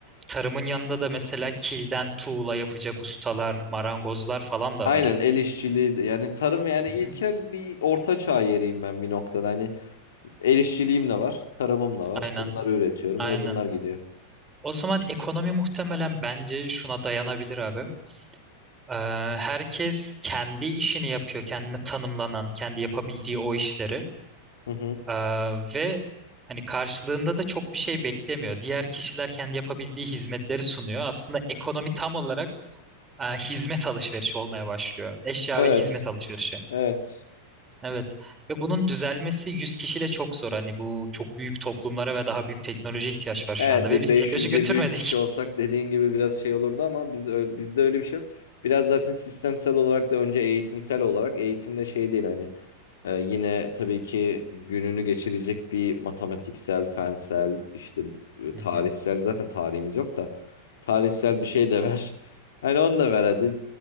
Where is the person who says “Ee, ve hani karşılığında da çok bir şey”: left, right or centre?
Right